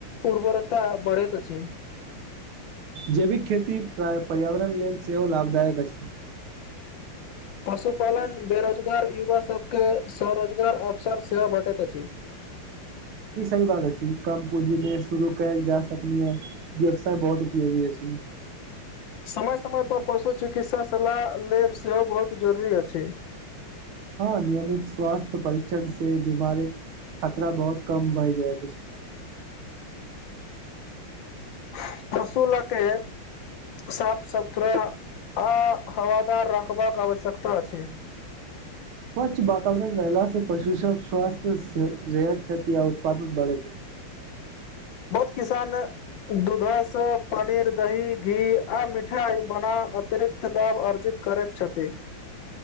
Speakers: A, on the left (about 65°); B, on the right (about 70°).
A: उर्वरता बढ़ैत अछि
B: जैविक खेती पर्यावरण लेलऽ सेहो लाभदायक अछि
A: पशुपालन बेरोजगार युवा सभ के स्वरोजगार अवसर सेहो भेटैत अछि।
B: ई सही बात आ छै कम पूंजी मे शुरू कयल जा सकनी है व्यवसाय बहुत उपयोगी अछि।
A: समय समय पर पशु चिकित्सा सलाह लेव सेहो बहुत जरुरी अछि।
B: ह नियमित स्वास्थ्य परीक्षन से बीमारी खतरा बहुत कम बय जाय
A: <unintelligible> रसूलके साफ सुथरा आ हवादार रखबाकऽ आवश्यकता छै
B: स्वच्छ वातावरण रहला से पशु सभ स्वस्थ रेह क्षति या उत्पादन बढ़ेत
A: बहुत किसान। दूध से पनीर दही घी मिठाई बना अतिरिक्त दऽ अर्जित करैत छथि